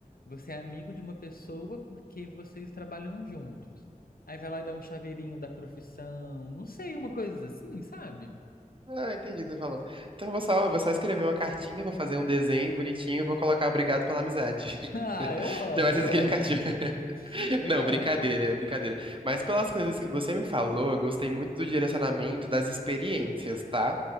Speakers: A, on the left; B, on the right.
A: você é amigo de uma pessoa porque vocês trabalham juntos. Aí vai lá e dá um chaveirinho da profissão, não sei, uma coisa assim, sabe?
B: Ah, entendi o que você falou. Então eu vou só, vou só escrever uma cartinha, vou fazer um desenho bonitinho e vou colocar obrigado pela amizade.
A: Ah,
B: <laughs>
A: eu amo,
B: Já vai
A: eu
B: ser significativo.
A: amo, eu
B: Não,
A: amo.
B: brincadeira,
A: <laughs>
B: é brincadeira. Mas pelas coisas que você me falou, eu gostei muito do direcionamento das experiências, tá?